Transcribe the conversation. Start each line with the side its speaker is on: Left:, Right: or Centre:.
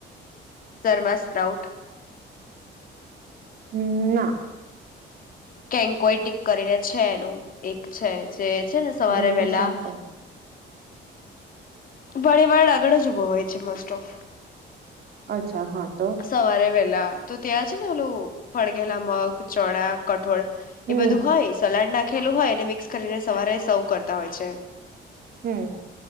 Left: સર્વા સ્પ્રઉટ
Right: હમ ના
Left: કેન્કોય ટીક કરીને છે, એનું એક છે જ જે છે ને સવારે
Right: લોકેશન
Left: વહેલા
Right: કો
Left: ઉભા રહેવાવાળા આગળ જ ઉભો હોય છે. Most of.
Right: અચછા અચ્છા હા તો
Left: સવારે તો ત્યાં છે ને ઓેલું ફણઘેલા મગ, ચણા, કઠોળ
Right: હમ્મ.
Left: એ બધું હોય સલાડ નાખ ખેલું હોય એને મિક્સ કરીને સવારે સૌ કરતા હોય છે.
Right: હમ.